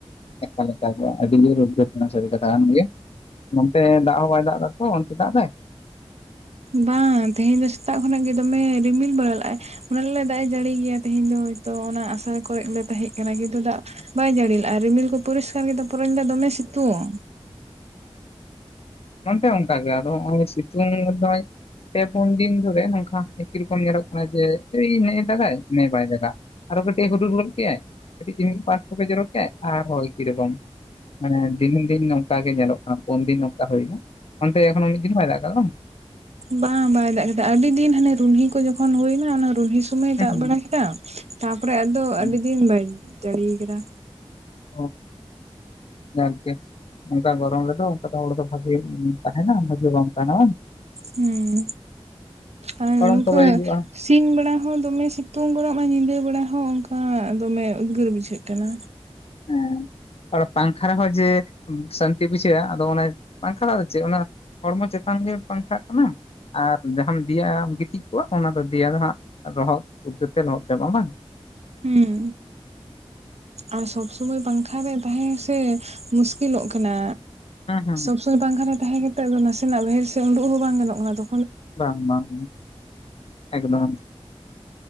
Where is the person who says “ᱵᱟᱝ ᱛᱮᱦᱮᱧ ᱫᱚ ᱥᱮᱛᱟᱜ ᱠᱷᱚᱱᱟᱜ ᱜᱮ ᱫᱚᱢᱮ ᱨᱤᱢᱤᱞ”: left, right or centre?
Right